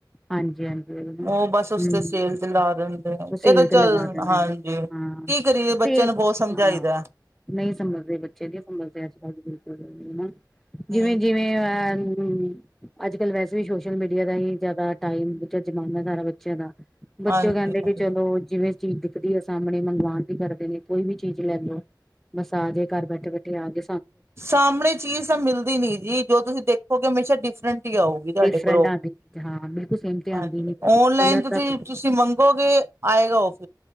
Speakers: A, in the centre; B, on the right.
A: ਹਾਂਜੀ ਹਾਂਜੀ ਉਹੀ
B: ਉਹ ਬਸ ਉਸ
A: ਹੂੰ
B: ਤੇ ਸੇਲ ਤੇ ਲਾ ਦਿੰਦੇ
A: ਉਹ ਸੇਲ
B: ਇਹ ਤਾਂ ਚੱਲ
A: ਤੇ ਲਗਾ ਦਿੰਦੇ
B: ਹਾਂਜੀ
A: ਨੇ ਹਾਂ
B: ਕੀ ਕਰੀਏ
A: ਤੇ
B: ਬੱਚਿਆਂ ਨੂੰ ਬਹੁਤ ਸਮਝਾਈਦਾ
A: ਹਾਂ ਨਹੀਂ ਸੰਭਲਦੇ ਬੱਚੇ ਨਹੀਂ ਸਮਝਦੇ ਅੱਜ ਕੱਲ ਜਿਵੇਂ
B: ਹੂੰ
A: ਜਿਵੇਂ ਅ ਹਮ ਅੱਜ ਕੱਲ ਵੈਸੇ ਵੀ ਸੋਸ਼ਲ ਅੱਜ ਕੱਲ ਵੈਸੇ ਹੀ ਸੋਸ਼ਲ ਮੀਡੀਆ ਦਾ ਹੀ ਜ਼ਿਆਦਾ ਟਾਈਮ ਜ਼ਮਾਨਾ ਸਾਰਾ ਬੱਚਿਆਂ ਦਾ ਬੱਚੇ
B: ਹਾਂਜੀ
A: ਕਹਿੰਦੇ ਕਿ
B: ਹਾਂਜੀ
A: ਚਲੋ ਜਿਵੇਂ ਚੀਜ਼ ਦਿਖਦੀ ਹੈ ਸਾਹਮਣੇ ਮੰਗਵਾਣ ਵੀ ਕਰਦੇ ਨੇ ਕੋਈ ਵੀ ਚੀਜ਼ ਲੈ ਲਓ ਮਸਾਜਏ ਘਰ ਬੈਠੇ ਬੈਠੇ ਆ ਗ
B: ਸਾਹਮਣੇ ਚੀਜ਼ ਤਾਂ ਮਿਲਦੀ ਨੀ ਜੀ ਜੋ ਤੁਸੀਂ ਦੇਖੋਗੇ ਹਮੇਸ਼ਾ ਡਿਫਰੈਂਟ ਆਊਗੀ ਤੁਹਾਡੇ
A: ਡਿਫਰੈਂਟ
B: ਕੋਲੋਂ
A: ਆਉਂਦੀ ਚੀਜ਼ ਹਾਂ ਬਿਲਕੁਲ ਸੇਮ ਤੇ ਆਉਂਦੀ
B: ਹਾਂਜੀ
A: ਨੀ
B: ਓਨਲਾਈਨ
A: ਕਲਰ
B: ਤੁਸੀਂ
A: ਦਾ
B: ਤੁਸੀਂ ਮੰਗੋਗੇ ਆਏਗਾ ਉਹ